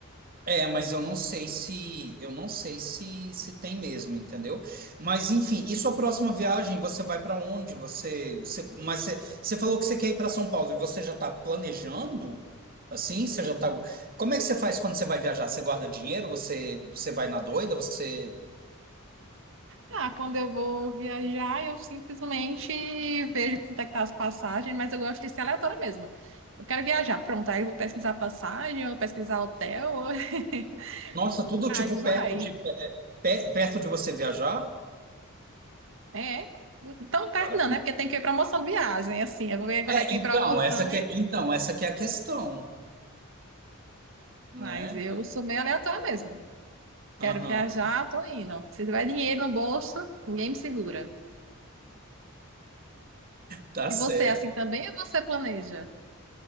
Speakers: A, on the right; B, on the right.
A: É, mas eu não sei se eu não sei se se tem mesmo, entendeu? Mas enfim, e sua próxima viagem, você vai para onde? Você, você- mas você, você falou que você quer ir para São Paulo e você já está planejando? Assim, você já tá. Como é que você faz quando você vai viajar? Você guarda dinheiro? Você você vai na doida? Você
B: Ah, quando eu vou viajar, eu simplesmente vejo quanto é que tá as passagens, mas eu gosto de ser aleatória mesmo. Eu quero viajar, pronto, aí eu vou pesquisar passagem, eu vou pesquisar hotel, <laughs>
A: Nossa, tudo
B: aí
A: tipo
B: vai.
A: perto de pe- perto de você viajar?
B: É, tão perto
A: Cara,
B: não, né? Porque tem que ver promoção de viagem, assim, eu vou ver quando
A: é,
B: aí tem
A: então,
B: promoção
A: essa que
B: e...
A: é, então, essa que é a questão, né?
B: Mas eu sou meio aleatória mesmo. Quero
A: Aham,
B: viajar, tô indo. Se tiver dinheiro no bolso, ninguém me segura.
A: tá
B: E
A: certo.
B: você, é assim também, ou você planeja?